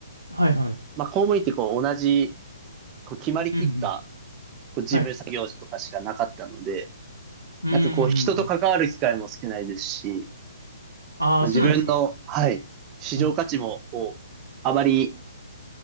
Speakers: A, on the right; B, on the right.
A: はいはい。
B: まあ、公務員ってこう同じ、こう決まりきった
A: うんうん。
B: こう事務作業とかしかなかったので、
A: はい。うー
B: なんかこう人と関わる機会も少ないですし、
A: ん。ああ、
B: まあ、
A: そうなんですか。
B: 自分の、はい、市場価値もこう、
A: はい。
B: あまり